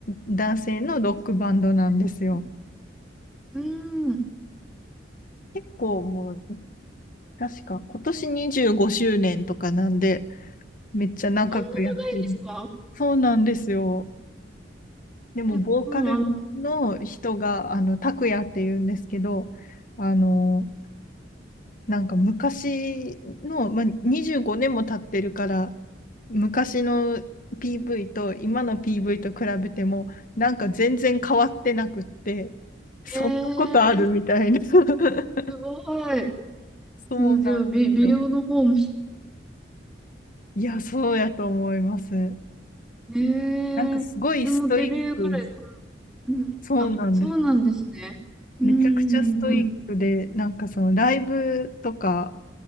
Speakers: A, on the left (about 45°); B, in the centre.
A: 男性のロックバンドなんですよ。
B: そうなんですねうん。そん
A: 結構もう、確か今年25周年とかなんで、めっちゃ長くやってる。
B: な長いんですか
A: そうなんですよ。でも、
B: え、
A: ボーカルの人が、
B: もうあの、
A: あの、拓也って言うんですけど、あの、なんか昔の、まあ、25年も経ってるから、昔の PV と今の PV と比べても、なんか全然変わってなくって、そんなことあるみたいな。
B: えー、
A: <laughs>
B: すごい。
A: そうなんですよ。
B: 通常、美、美容の方も。
A: いや、そうやと思います。
B: えー、
A: なんかすごいストイック。
B: でもデビューぐらいから。うん。
A: そうなんです。
B: あ、そうなんですね。うんうんうんうん。
A: めちゃくちゃストイックで、なんかそのライブとか